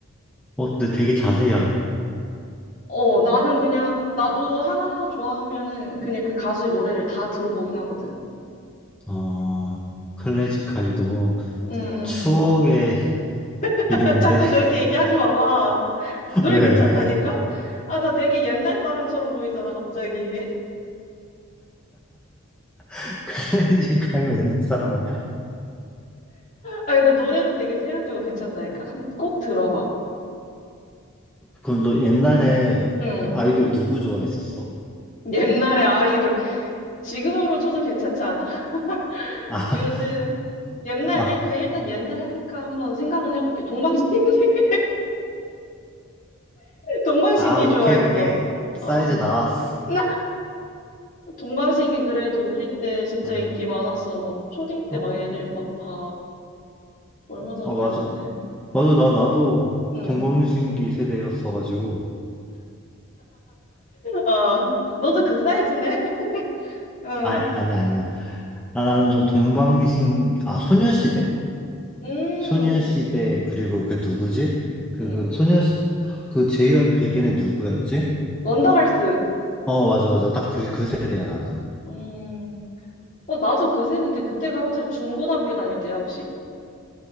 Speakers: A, in the centre; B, on the left (about 35°).
A: 어, 근데 되게 자세히 하네.
B: 어, 나는 그냥 나도 하나 좋아하면은 그냥 그 가수의 노래를 다 들어보긴 하거든.
A: 어, 클래식 카이 너
B: 응응.
A: 추억의
B: <laughs>
A: 이름인데?
B: 자꾸 그렇게 얘기하지 마봐.
A: <laughs>
B: 노래
A: 왜,
B: 괜찮다니까?
A: 왜?
B: 아, 나 되게 옛날 사람처럼 보이잖아, 갑자기.
A: <laughs> 클래식 카이면 옛날 사람 아니야?
B: 아, 근데 노래는 되게 세련되고 괜찮다니까? 한번 꼭 들어봐.
A: 그럼 너 옛날에
B: 응.
A: 아이돌 누구 좋아했었어?
B: 옛날의 아이돌. 지금으로 쳐도 괜찮지 않아? <laughs>
A: 아,
B: 요즘, 옛날,
A: 아,
B: 일- 그래, 일단 옛날 하니까 한번 생각은 해볼게. 동방신기, <laughs> 동방신기
A: 아, 오케이,
B: 좋아했어.
A: 오케이. 사이즈
B: 어.
A: 나왔어.
B: <laughs> 나 동방신기 그래도 우리 때 진짜
A: 아,
B: 인기 많았어. 막 초딩 때
A: 어,
B: 막 애들 막 다 얼마나
A: 어,
B: 좋아했는데.
A: 맞아. 맞아, 나, 나도
B: 응.
A: 동방신기 세대였어가지고.
B: 어. 너도 그 사이즈네? <laughs> 응.
A: 아, 아니, 아니야. 아, 나는 좀 동방신, 아, 소녀시대?
B: 음,
A: 소녀시대, 그리고 그 누구지? 그,
B: 음.
A: 그 소녀, 그 JYP 걔네 누구였지?
B: 원더걸스.
A: 어, 맞아, 맞아. 딱 그, 그 세대야, 나는.
B: 음. 어, 나도 그새 했는데 그때가 한창 중고등학교 다닐 때야, 혹시?